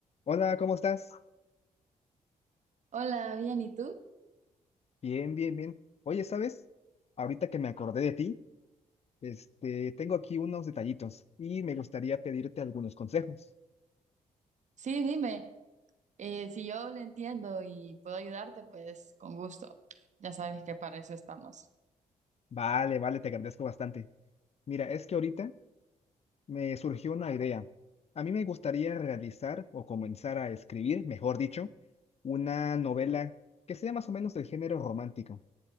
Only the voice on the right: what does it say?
Hola, bien, ¿y tú?
Sí, dime, eh, si yo lo entiendo y puedo ayudarte, pues con gusto. Ya sabes que para eso estamos.